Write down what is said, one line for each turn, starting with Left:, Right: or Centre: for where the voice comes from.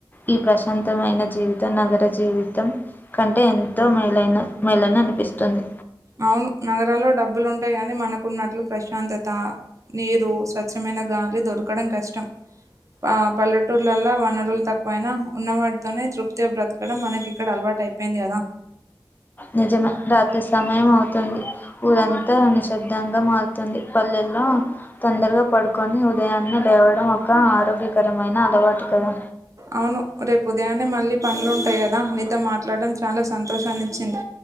Left: ఈ ప్రశాంతమైన జీవితం నగర జీవి తం కంటే ఎంతో మేలైన మేలని అనిపిస్తుంది
Right: అవును నగరాల్లో డబ్బులు ఉంటాయి గాని మనకున్నట్లు ప్రశాంతత నీరు స్వచ్ఛమై <unintelligible> గాలి దొరకడం కష్టం ఆ పల్లెటూర్లలలో వనరులు తక్కువైనా ఉన్నవాటితోనే తృప్తిగా బ్రతకడం మనకి ఇక్కడ అలవా టైపోయింది కదా
Left: నిజమే రాత్రి సమయం అవుతుంది ఊరంతా నిశ్శబ్దంగా మారుతుంది పల్లెల్ ల తొందరగా పడుకొని ఉదయాన్నే లేవడం ఒక ఆరోగ్యకరమైన అలవాటు కదా
Right: అవును రేపు ఉదయాన్నే మళ్ళీ పనులు ఉంటాయి కదా నీతో మాట్లాడడం చాలా సంతోషాన్ని ఇచ్చింది